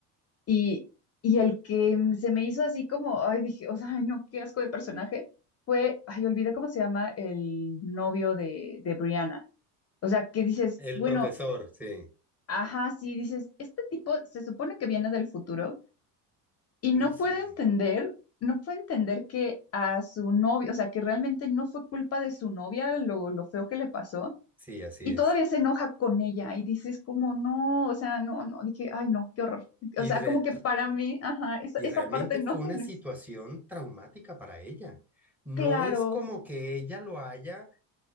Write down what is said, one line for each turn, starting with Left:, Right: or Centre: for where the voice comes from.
Left: y, y el que mm, se me hizo así como, ay, dije, o sea, ay, no, qué asco de personaje, fue, ay, olvidé cómo se llama el novio de, de Brianna. O sea, que dices,
Centre: el
Left: bueno,
Centre: profesor, sí,
Left: ajá, sí, dices, este tipo se supone que viene del futuro Y no
Centre: Uy, sí,
Left: puede entender, no puede entender que a su novio, o sea, que realmente no fue culpa de su novia lo, lo feo que le pasó.
Centre: sí, así
Left: Y
Centre: es.
Left: todavía se enoja con ella y dices como, no, o sea, no, no, dije, ay, no, qué horror.
Centre: Y
Left: O sea,
Centre: re-
Left: como que para mí, ajá, esa,
Centre: Y
Left: esa
Centre: realmente
Left: parte no,
Centre: fue una
Left: <laughs> no
Centre: situación
Left: es
Centre: traumática para ella. No
Left: claro,
Centre: es como que ella lo haya